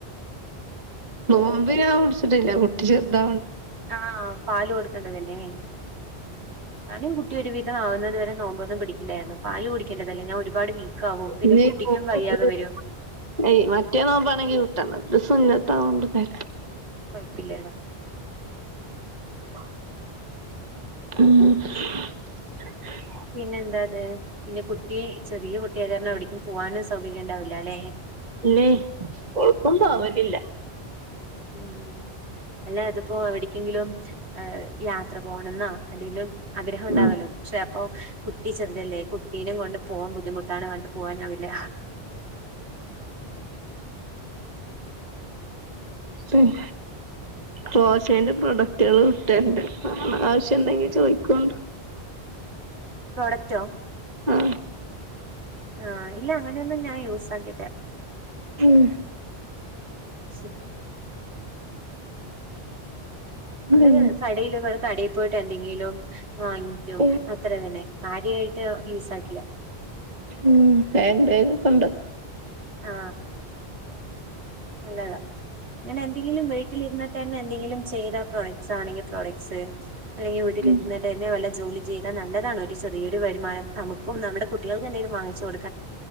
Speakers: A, on the right; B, on the right.
A: നോമ്പ് ഞാൻ പിടിച്ചിട്ടില്ല കുട്ടി ചെറുതാ
B: ആഹ പാല് കൊടുക്കണ്ടതല്ലേ ഞാനും കുട്ടി ഒരു വിധം ആവുന്നത് വരെ നോമ്പൊന്നും പിടിക്കില്ലായിരുന്നു പാല് കുടിക്കേണ്ടതല്ലേ ഞാൻ ഒരുപാട് വീക്കാവും പിന്നെ
A: ഇനി
B: കുട്ടിക്കും വയ്യാതെ വരും
A: ഏയ് മറ്റേ നോമ്പാണെങ്കിൽ വീട്ടണം ഇത് സുന്നത്തായത് കൊണ്ട് പ
B: കുഴപ്പില്ല
A: ഉം
B: പിന്നെ എന്താത് പിന്നെ കുട്ടി ചെറിയ കുട്ടിയായത് കാരണം എവിടേക്കും പോവാനോ സൗകര്യം ഉണ്ടാവില്ല അല്ലെ
A: ഇല്ലേ കൊഴക്കൊണ്ടും ആവറ്റില്ല
B: ഉം അല്ലെ അതിപ്പോ എവിടക്കെങ്കിലും യാത്ര പോകണ്ണൊന്ന എന്തെിലും ആഗ്രഹം ഉണ്ടാവല്ലോ
A: ഉം
B: പക്ഷെ അപ്പൊ കുട്ടി ചെറുതല്ലേ കുട്ടീനും കൊണ്ട് പോവാൻ ബുദ്ധിമുട്ടാണ് കണ്ടു പോവാനാവില്ല
A: <inaudible> ദോശേന്റെ പ്രൊഡക്റ്റുകളു ഇട്ടോണ്ട് ആവശ്യം ഇണ്ടെങ്കിൽ ചോദിക്കു
B: പ്രോഡക്ടോ
A: ആ
B: ആ ഇല്ല അങ്ങനെയൊന്നും ഞാൻ യൂസ് ആക്കില്ലാ
A: ഉം
B: <inaudible>
A: പിന്നെ
B: നമ്മള് കടയില് കടയിൽ പോയിട്ട് എന്തെങ്കിലും വാങ്ങിക്കും
A: ഉം
B: അത്ര തന്നെ കാര്യായിട്ട് യൂസ് ആക്കില്ല
A: ഉം ഹാൻഡ് ബാഗ് ഒക്കെണ്ട്
B: ആ നല്ലതാ ഇങ്ങനെ എന്തെങ്കിലും വീട്ടിലിരിട്ട് തന്നെ എന്തെങ്കിലും ചെയ്താ പ്രോഡക്ട്സാണെങ്കിൽ പ്രോഡക്ട്സ് അല്ലെങ്കിൽ രിട്ട്
A: ഉം
B: തന്നെ വല്ലോ ജോലി ഇത നല്ലതാണ് ഒരു ചെറിയരു വരുമാനം നമുക്കും നമ്മുടെ കുട്ടികൾക്ക് എന്തെങ്കിലും വാങ്ങിച്ചു കൊടു